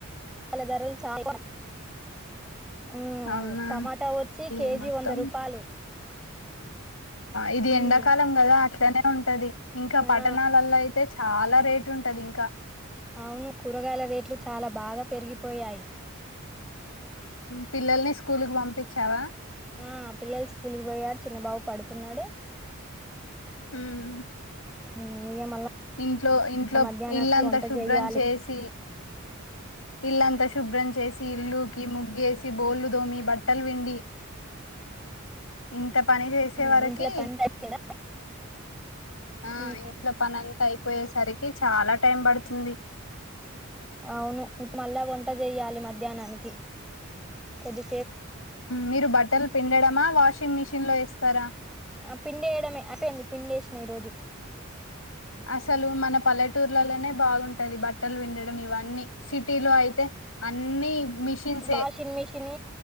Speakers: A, in the centre; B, on the left.
A: ఇయ్యాల ధరలు చాల ఆ
B: అవునా
A: టమాటా వచ్చి
B: ఈ
A: కేజీ
B: మొత్తం
A: వంద రూపాయలు
B: ఇది
A: ఉమ్
B: ఎండాకాలం కదా అ ఇట్లానే ఉంటది ఇంకా పట్టణాలలో
A: ఆ
B: అయితే చాలా రేట్ ఉంటది ఇంకా
A: అవును కూరగాయల రేట్లు చాలా బాగా పెరిగిపోయాయి
B: పిల్లల్ని స్కూల్కి పంపించావా
A: ఆ పిల్లలు స్కూల్కి పోయారు చిన్న బాబు పడుకున్నాడు
B: హ్మ్
A: ఉమ్ ఇగ మళ్ళా
B: ఇంట్లో ఇంట్లో
A: మధ్యాహ్నానికి
B: ఇల్లంతా
A: వంట
B: శుభ్రం
A: చెయ్యాలి
B: చేసి ఇల్లంతా శుభ్రం చేసి ఇల్లుకి ముగ్గేసి బోలుదోమి బట్టలు విండి ఇంత పని చేసే
A: ఉమ్
B: వరకి
A: ఇంట్లో పని అయిపోయిందా
B: ఆ
A: ఉమ్
B: ఇంట్లో పని అచ్చేసరికి చాలా టైం పడుతుంది
A: అవును ఇప్పు మళ్ళా వంట చేయ్యాలి మధ్యాహ్నానికి కొద్ది
B: మీరు బట్టలు పిండడమా వాష వాషింగ్ మిషన్ లో వేస్తారా
A: ఆ పిండి వేయడమే అపి అంది పిండి వేసినా ఈ రోజు
B: అసలు మన పల్లెటూర్లలోనే బాగుంటా ఉది బట్టలు విండడం ఇవన్నీ సిటీలో అయితే అన్ని మిషన్సే
A: వాషింగ్ మిషిన్